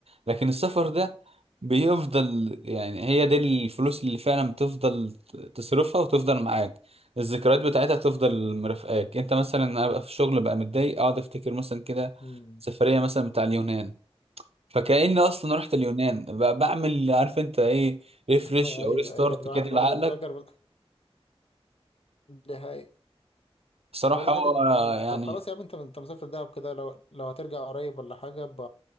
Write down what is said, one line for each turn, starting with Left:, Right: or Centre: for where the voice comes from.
Right: لكن السفر ده بيفضل يعني هي دي الفلوس اللي فعلا بتفضل ت- تصرفها وتفضل معاك الذكريات بتاعتها تفضل مرافقاك انت مثلا ابقى في الشغل بقى متضايق اقعد افتكر مثلا كده
Left: مم.
Right: سفرية مثلا بتاع اليونان فكأني اصلا رحت اليونان بقى بعمل عارف انت ايه ريفرش
Left: <laughs> أيوه
Right: او ريستارت
Left: أيوه الواحد
Right: كده
Left: برضه
Right: لعقلك
Left: فاكر برضه دي حقيقة
Right: فبصراحة
Left: برضه
Right: هو
Left: حتة إن-
Right: يعني
Left: طب خلاص يا عم انت انت مسافر دهب كده لو لو هترجع قريب ولا حاجة ب...